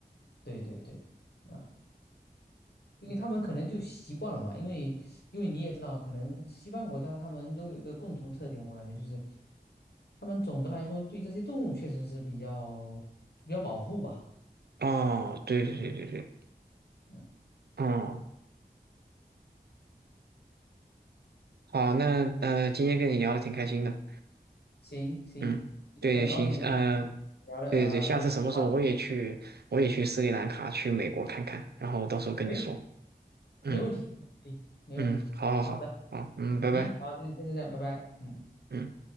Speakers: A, on the left; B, on the right.
A: 对对对，啊。因为他们可能就习惯了嘛，因为因为你也知道，可能西方国家他们都有一个共同特点，我感觉就是他们总的来说对这些动物确实是比较比较保护吧。
B: 哦，对对对对对，
A: 嗯，
B: 哦，好，那呃，今天跟你聊的挺开心的，
A: 行行，
B: 嗯，
A: 也很高兴
B: 对，行，呃，
A: 聊了呃聊了这些话题，
B: 对对对，下次什么时候我也去，我也去斯里兰卡，去美国看看，然后到时候跟你说，
A: 可以，
B: 嗯
A: 没问题，可以，没问题。
B: 嗯，好好好，
A: 好的，
B: 好，嗯，拜拜。
A: 行，好，就是现在这样，拜拜，嗯。
B: 嗯。